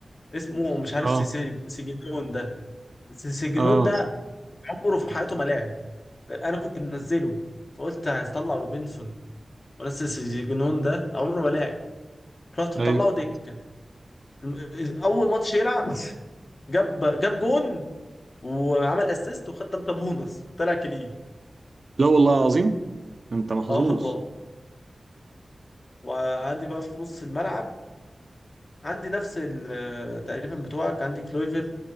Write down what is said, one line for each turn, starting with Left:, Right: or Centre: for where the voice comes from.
Left: اسمه مش عارف
Right: اه
Left: سيسي- سيجنون ده سيجنون
Right: اه
Left: ده عمره في حياته ما لعب انا كنت منزله فقلت هطلع روبنسون وانزل سيجنون ده عمره ما لعب رحت
Right: ايوه
Left: مطلعه دكه الم- اول ماتش يلعب <laughs> جاب جاب جون وعمل اسيست وخد تلاتة بونص طلع كليف
Right: لا والله عظيم انت محظوظ
Left: اه والله وعندي بقى في نص الملعب عندي نفس ال- تقريبا بتوعك عندي كلويفر